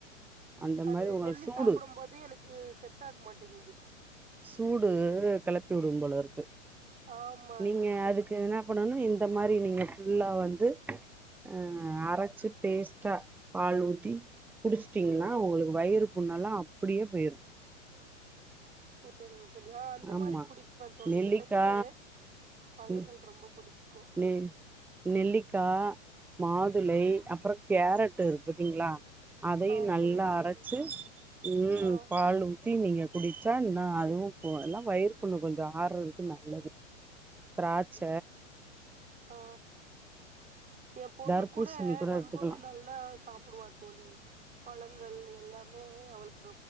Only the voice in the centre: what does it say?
அந்த
மாரி உங்களுக்கு
சூடு
சூடு கெளப்பி உடும் போல இருக்கு
நீங்க
அதுக்கு என்ன பண்ணணு இந்த மாரி நீங்க ஃபுல்லா வந்து அ அரச்சு பேஸ்ட்டா பால் ஊத்தி குடிச்ட்டீங்கனா
உங்களுக்கு வயிறு புண்ணல்லா அப்புடியே போய்ரு
ஆமா
நெல்லிக்கா
ம்
நெ நெல்லிக்கா மாதுளை அப்புறோ கேரட்டு் இருக் பாத்தீங்ளா அதையு
நல்லா
அரச்சு ம்
பால் ஊத் தி நீங்க குடிச்சா இன்னு அதுவு கொ எல்லா வயிறு புண்ணு கொஞ்சோ ஆறதுக்கு நல்லது திராச்ச
தர்பூசணி
எடுத்துக்கலா